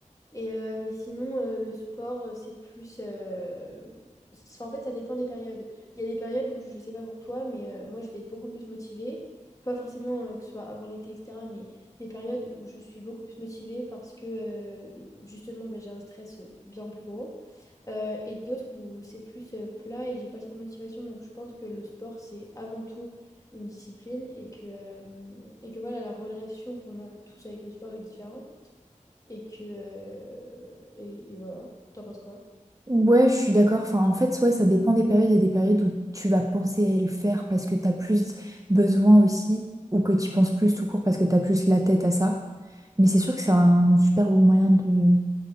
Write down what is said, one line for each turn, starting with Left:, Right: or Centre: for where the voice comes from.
Left: Et, euh, mais sinon, euh, le sport, euh, c'est plus... euh, c'est- En fait, ça dépend des périodes. Il y a des périodes où, je sais pas pour toi, mais euh, moi, je vais être beaucoup plus motivée. Pas forcément euh, que ce soit avant l'été, etc., mais des périodes où je suis beaucoup plus motivée parce que, euh, justement, bah, j'ai un stress euh, bien plus gros. Euh, et d'autres où c'est plus euh, plat et j'ai pas trop de motivation. Donc je pense que le sport, c'est avant tout une discipline et que, euh, et que voilà, la relation qu'on a tous avec le sport est différente et que euh, et, et voilà. T'en penses quoi?
Right: Ouais, je suis d'accord. Enfin, en fait, ouais, ça dépend des périodes. Il y a des périodes où tu vas penser à le faire parce que t'as plus besoin aussi, ou que tu penses plus tout court parce que t'as plus la tête à ça. Mais c'est sûr que c'est un super bon moyen de